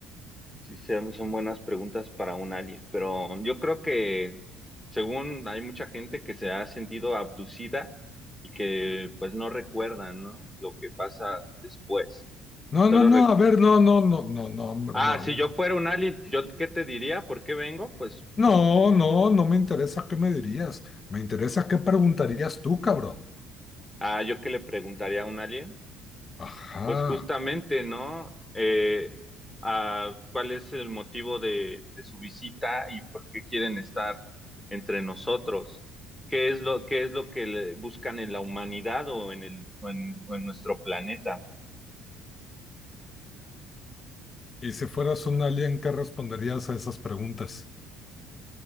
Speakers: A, in the centre; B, on the left (about 30°).
A: Sí, son son buenas preguntas para un alien, pero yo creo que según hay mucha gente que se ha sentido abducida y que pues no recuerda, ¿no? Lo que pasa después.
B: No,
A: Solo
B: no, no,
A: re-
B: a ver, no, no, no, no, no,
A: Ah,
B: no,
A: si
B: no,
A: yo fuera un alien, ¿yo qué te diría? ¿Por qué vengo? Pues,
B: no, no, no me interesa qué me dirías, me interesa qué preguntarías tú, cabrón.
A: ah, yo qué le preguntaría a un alien.
B: Ajá.
A: Pues justamente, ¿no? Eh, ah, ¿cuál es el motivo de, de su visita y por qué quieren estar entre nosotros? ¿Qué es lo, qué es lo que le- buscan en la humanidad o en el, o en, o en nuestro planeta?
B: Y si fueras un alien, ¿qué responderías a esas preguntas?